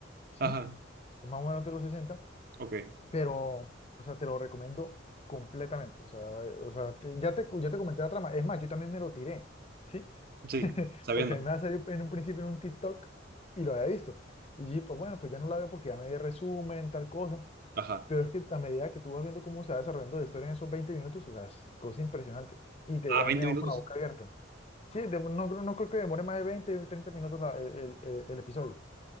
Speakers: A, on the left; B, on the right.
A: ¿sí?
B: Ajá,
A: Es más o menos de los 60.
B: ok.
A: pero, o sea, te lo recomiendo completamente. O sea, o sea, te- ya te, ya te comenté la trama. Es más, yo también me lo tiré, ¿sí? <laughs>
B: Sí, sabiendo.
A: Porque a mí me va a salir en un principio en un TikTok y lo había visto. Y yo, dije, pues bueno, pues ya no la veo porque ya me di resumen, tal cosa.
B: Ajá.
A: Pero es que a medida que tú vas viendo cómo se va desarrollando la historia en esos 20 minutos, o sea, es cosa impresionante. Y te,
B: Ah,
A: a
B: 20
A: mí me dejó
B: minutos.
A: con la boca abierta. Sí, de- no, no creo- no creo que demore más de 20 30 minutos la- el, el- el- el episodio.